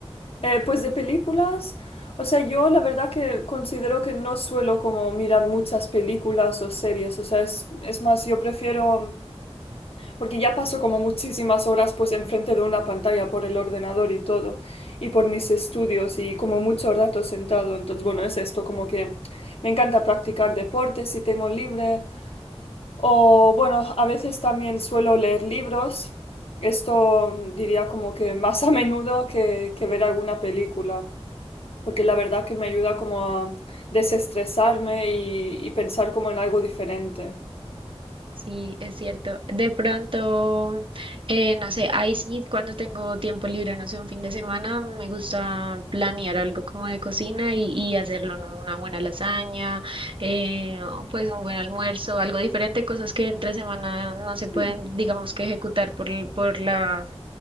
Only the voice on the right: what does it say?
Sí, es cierto. De pronto, eh, no sé, ahí sí, cuando tengo tiempo libre, no sé, un fin de semana, me gusta planear algo como de cocina y, y hacerlo, ¿no? Una buena lasaña, eh, o pues un buen almuerzo, algo diferente, cosas que entre semana no se pueden,
digamos que ejecutar por, el- por la,